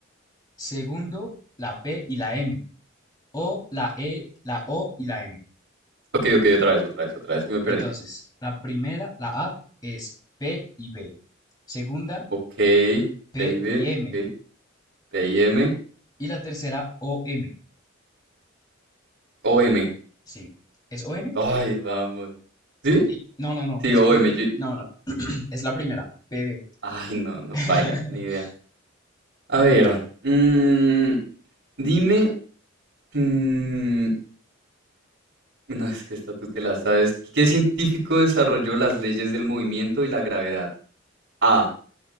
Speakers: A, on the left; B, on the right.
A: Segundo, la P y la M. O la E, la O y la M.
B: Ok, ok, otra vez, otra vez, otra vez, que me perdí.
A: Entonces, la primera, la A, es P y B. Segunda,
B: Ok, PIB,
A: P y M.
B: ok, P M,
A: Y la tercera, O M.
B: O M.
A: Sí. ¿Es O M.
B: Ay, vamos. ¿Sí?
A: Di- No, no, no,
B: Sí,
A: es
B: OM.
A: P...
B: yo-
A: No, no, <clears throat> es la primera, PB.
B: Ay, no, no,
A: <laughs>
B: paila, ni idea. A ver, mm, dime, mm, no, es que esta tú te la sabes. ¿Qué científico desarrolló las leyes del movimiento y la gravedad? A.